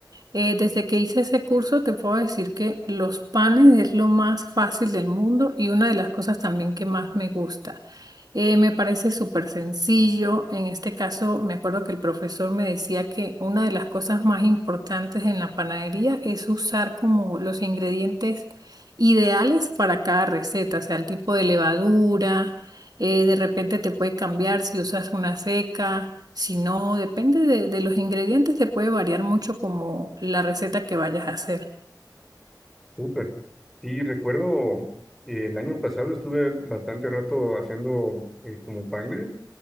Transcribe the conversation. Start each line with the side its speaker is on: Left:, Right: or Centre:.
Right: Eh, desde que hice ese curso, te puedo decir que los panes es lo más fácil del mundo y una de las cosas también que más me gusta. Eh, me parece súper sencillo. En este caso, me acuerdo que el profesor me decía que una de las cosas más importantes en la panadería es usar como los ingredientes ideales para cada receta, o sea, el tipo de levadura, eh, de repente te puede cambiar si usas una seca. Si no, depende de, de los ingredientes, te puede variar mucho como la receta que vayas a hacer.
Centre: Súper. Sí, recuerdo eh, el año pasado estuve bastante rato haciendo eh, como panes